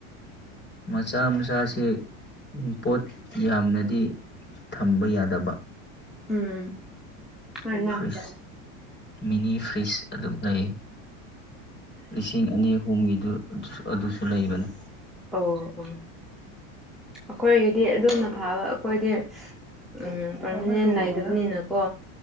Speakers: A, on the left; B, in the centre.
A: ꯃꯆꯥ ꯃꯆꯥꯁꯦ ꯄꯣꯠ ꯌꯥꯝꯅꯗꯤ ꯊꯝꯕ ꯌꯥꯗꯕ
B: ꯎꯝ ꯍꯣꯏꯅ
A: ꯐ꯭ꯔꯤꯖ
B: ꯑꯣ
A: ꯃꯤꯅꯤ ꯐ꯭ꯔꯤꯖ ꯑꯗꯨꯝ ꯂꯩꯌꯦ ꯂꯤꯁꯤꯡ ꯑꯅꯤ ꯑꯍꯨꯝꯒꯤꯗꯨ ꯗꯨꯁꯨ ꯑꯗꯨꯁꯨ ꯂꯩꯕꯅꯦ
B: ꯑꯣ ꯑꯣ ꯑꯈꯣꯏꯒꯤꯗꯤ ꯑꯗꯨꯝ ꯐꯥꯕ ꯑꯩꯈꯣꯏꯗꯤ ꯎꯝ ꯄꯥꯔꯃꯤꯅꯦꯟ ꯅꯥꯏꯗꯕꯅꯤꯅꯀꯣ